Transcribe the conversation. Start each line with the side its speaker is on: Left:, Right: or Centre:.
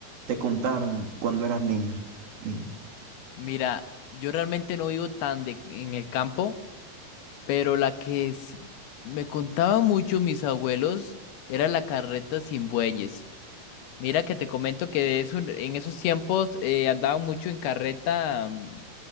Right: te contaron cuando eras niño, niña?
Left: Mira, yo realmente no vivo tan de, en el campo, Pero la que s- me contaba mucho mis abuelos era la carreta sin bueyes. Mira que te comento que de eso, en esos tiempos eh, andaban mucho en carreta, mm,